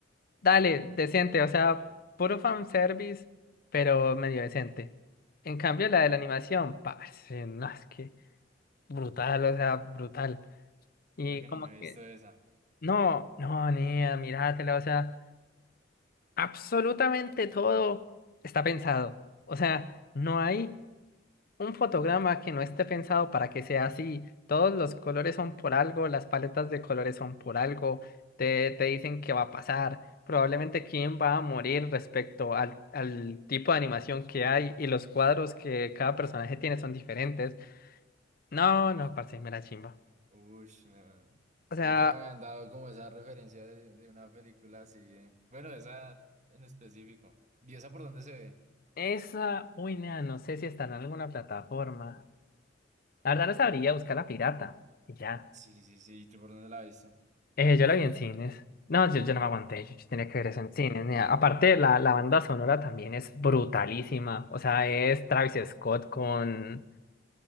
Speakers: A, on the left (about 50°); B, on the right (about 40°).
A: Dale,
B: Mm,
A: decente,
B: ok,
A: o sea,
B: ok.
A: puro fanservice, pero medio decente. En cambio, la de la animación, parce, no, es que brutal, o sea, brutal.
B: Mira
A: Y
B: que
A: como
B: no me he visto
A: que,
B: esa.
A: no, no, niña, míratela, o sea. Absolutamente todo está pensado. O sea, no hay un fotograma que no esté pensado para que sea así. Todos los colores son por algo, las paletas de colores son por algo, te, te dicen qué va a pasar, probablemente quién va a morir respecto al, al tipo de animación que hay y los cuadros que cada personaje tiene son diferentes. No, no, parce, me la chimba.
B: Ush, no,
A: O sea,
B: Nunca me habían dado como esa referencia de, de una película así. eh. Bueno, esa en específico. ¿Y esa por dónde se ve?
A: esa, uy, nea, no sé si está en alguna plataforma. La verdad no sabría buscar la pirata. Y ya.
B: Sí, sí, sí. ¿Tú por dónde la viste?
A: Eh, yo la vi en cines. No, yo, yo no me aguanté, yo, yo tenía que ver eso en cines. Mira, Aparte, la, la banda sonora también es brutalísima. O sea, es Travis Scott con...